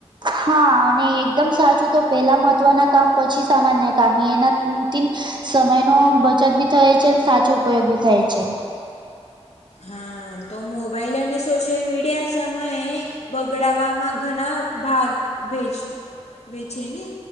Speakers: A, on the right; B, on the left.
A: હા અને એકદમ સાચું તો પહેલાં મહત્ત્વના કામ પછી સામાન્ય કામ એના <unintelligible> સમય ન બચત બી થાય છે, ને સાચો ઉપયોગ બી થાય છે.
B: હા. તો મોબાઈલ અને સો સોશિયલ મીડિયા સમયે બગડવામાં ઘણા ભાગ ભેજ વે છેે, ને